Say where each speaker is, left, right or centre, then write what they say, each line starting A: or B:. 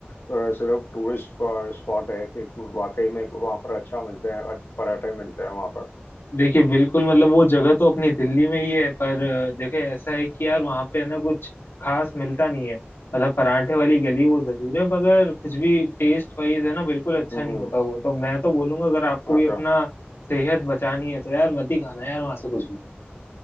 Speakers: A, on the left; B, on the left.
A: अ, सिर्फ टूरिस्ट स्पॉट है कि वाकई में वहां पर अच्छा मिलते हैं अच्छे पराठे मिलते हैं वहां पर
B: देखिए बिल्कुल मतलब वो जगह तो अपनी दिल्ली में ही है पर अ, देखे ऐसा है कि यार वहाँ पे है ना कुछ खास मिलता नहीं है मतलब परांठे वाली गली वो जरूर है मगर कुछ भी टेस्ट वाइज है ना बिल्कुल अच्छा
A: हम्म
B: नहीं होता वो तो मैं तो बोलूंगा अगर आपको
A: अच्छा
B: भी अपना सेहत बचानी है तो यार मत ही खाना यार वहाँ से कुछ भी